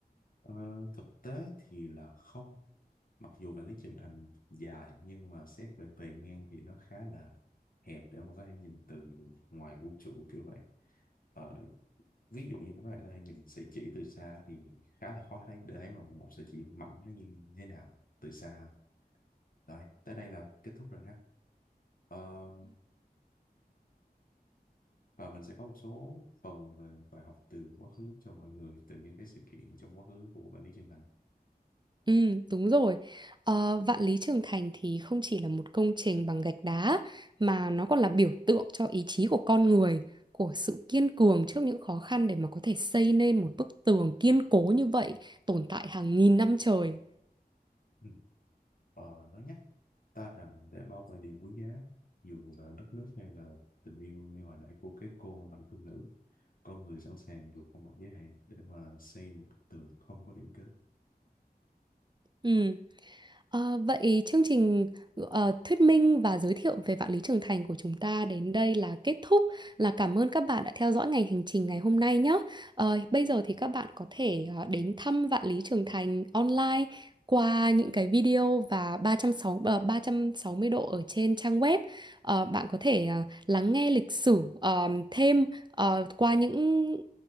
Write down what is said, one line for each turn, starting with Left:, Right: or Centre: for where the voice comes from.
Left: Ờ, thực tế thì là không mặc dù vạn lý trường thành dài nhưng mà xét về bề ngang thì nó khá là hẹp để mà có thể nhìn từ ngoài vũ trụ kiểu vậy ờ, ví dụ như các bạn có thể nhìn sợi chỉ từ xa thì khá là khó thấy để thấy mà một sợi chỉ mảnh nó như thế nào từ xa rồi tới đây là kết thúc rồi ha Ờ, và mình sẽ có một số phần về bài học từ quá khứ cho mọi người từ những cái sự kiện trong quá khứ của bạn Lý Trường Thành
Right: Ừ, đúng rồi. Ờ, Vạn Lý Trường Thành thì không chỉ là một công trình bằng gạch đá mà nó còn là biểu tượng cho ý chí của con người, của sự kiên cường trước những khó khăn để mà có thể xây nên một bức tường kiên cố như vậy, tồn tại hàng nghìn năm trời.
Left: Ừ. Ờ, nó nhắc ta rằng để bảo vệ điều quý giá, dù là đất nước hay là tình yêu như hồi nãy của cái cô mạnh thương nữ, con người sẵn sàng vượt qua một giới hạn để mà xây một bức tường không có điểm kết.
Right: Ừ. Ờ, vậy chương trình ờ, thuyết minh và giới thiệu về Vạn Lý Trường Thành của chúng ta đến đây là kết thúc. Là cảm ơn các bạn đã theo dõi ngành hành trình ngày hôm nay nhé. Ờ, bây giờ thì các bạn có thể ờ, đến thăm Vạn Lý Trường Thành online qua những cái video và ba ba trăm sáu mươi, ba trăm sáu mươi độ ở trên trang web. Ờ, bạn có thể ờ, lắng nghe lịch sử ờ, thêm ờ, qua những